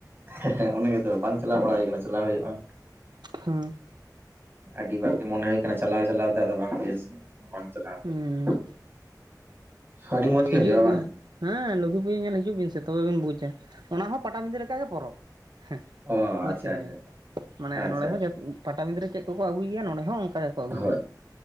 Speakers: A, on the right; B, on the right.
A: ᱦᱮ ᱦᱮ ᱚᱱᱮ ᱜᱮᱛᱚ ᱵᱟᱝ ᱪᱟᱞᱟᱣ ᱵᱟᱲ ᱦᱩᱭ ᱠᱟᱱᱟ ᱪᱟᱞᱟᱣ ᱦᱩᱭᱩᱜᱼᱟ,
B: ᱦᱩᱸ
A: ᱟᱹᱰᱤ ᱵᱟᱨ ᱜᱮ ᱢᱚᱱᱮ ᱦᱩᱭ ᱠᱟᱱᱟ ᱪᱟᱞᱟᱣ ᱪᱟᱞᱟᱣ ᱛᱮ ᱟᱫᱚ ᱵᱟᱝ ᱪᱮᱥ ᱵᱟᱝ ᱪᱟᱞᱟᱣ ᱦᱩᱭ
B: ᱦᱩᱸ
A: ᱠᱟᱱᱟ, ᱟᱹᱰᱤ ᱢᱚᱡ ᱜᱮ
B: ᱦᱤᱡᱩᱜ
A: ᱦᱳᱭᱳᱜ-ᱟ
B: ᱵᱤᱱ
A: ᱵᱟᱝ
B: ᱦᱮᱸ ᱞᱚᱠᱠᱷᱤ ᱯᱩᱡᱟᱹ ᱧᱮᱞ ᱦᱤᱡᱩᱜ ᱵᱤᱱ ᱥᱮ ᱛᱚᱵᱮ ᱵᱤᱱ ᱵᱩᱡᱟ ᱚᱱᱟ ᱦᱚᱸ ᱯᱟᱴᱟᱵᱤᱸᱫᱟᱹ ᱞᱮᱠᱟᱜᱮ ᱯᱚᱨᱚᱵᱽ ᱦᱮᱸ
A: ᱚ
B: ᱵᱩᱡ
A: ᱟᱪᱪᱷᱟ
B: ᱠᱮᱫᱟ
A: ᱟᱪᱪᱷᱟ
B: ᱵᱤᱱ ᱢᱟᱱᱮ
A: ᱟᱪᱪᱷᱟ
B: ᱱᱚᱰᱮ
A: ᱟᱪᱪᱷᱟ
B: ᱦᱚᱸ ᱡᱷᱚᱛᱚ ᱯᱟᱴᱟᱵᱤᱸᱫᱟᱹ ᱨᱮ ᱪᱮᱫ ᱠᱚ ᱠᱚ ᱟᱹᱜᱩᱭᱭᱟ ᱜᱮᱭᱟ ᱱᱚᱸᱰᱮ ᱦᱚᱸ ᱚᱱᱠᱟ ᱜᱮᱠᱚ ᱟᱹᱜᱩᱭ
A: ᱦᱳᱭ
B: ᱜᱮᱭᱟ